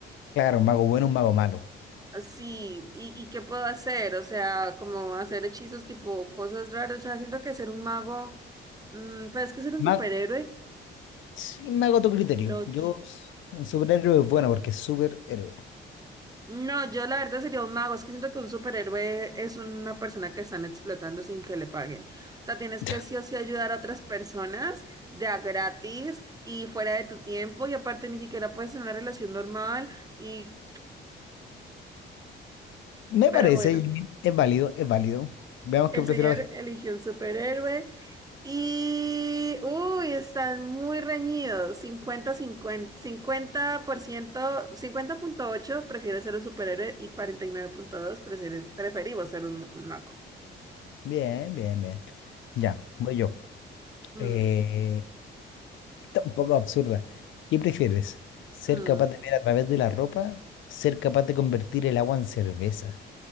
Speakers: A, on the left; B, on the right.
A: Claro, un mago bueno, un mago malo.
B: Así, ¿y, y qué puedo hacer? O sea, como hacer hechizos tipo cosas raras. O sea, siento que ser un mago, mm, pero es que ser un
A: Ma-
B: superhéroe,
A: sí, me hago tu criterio.
B: el ocho.
A: Yo, s- un superhéroe es bueno porque es superhéroe.
B: No, yo la verdad sería un mago. Es que siento que un superhéroe es una persona que están explotando sin que le paguen. O sea, tienes
A: <laughs>
B: que sí o sí ayudar a otras personas de a gratis y fuera de tu tiempo. Y aparte ni siquiera puedes tener una relación normal. Y,
A: Me
B: pero
A: parece,
B: bueno,
A: Janine, es válido, es válido. Veamos
B: el
A: qué prefiere
B: señor
A: la gente.
B: eligió un superhéroe. Y, uy, están muy reñidos. Cincuenta, cincuenta, cincuenta por ciento, cincuenta punto ocho prefiere ser un superhéroe y 49.2 prefiere- preferimos ser un, un mago.
A: Bien, bien, bien. Ya, voy yo.
B: Mm.
A: Eh, está un poco absurda. ¿Qué prefieres? ¿Ser
B: Mm,
A: capaz de ver a través de la ropa? ¿Ser capaz de convertir el agua en cerveza?